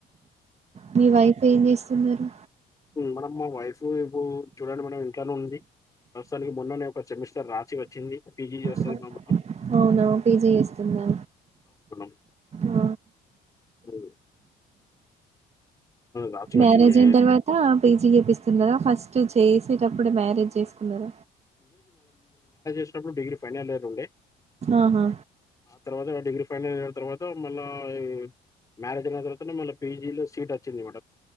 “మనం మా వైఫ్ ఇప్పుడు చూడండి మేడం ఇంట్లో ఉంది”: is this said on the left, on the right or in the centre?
Left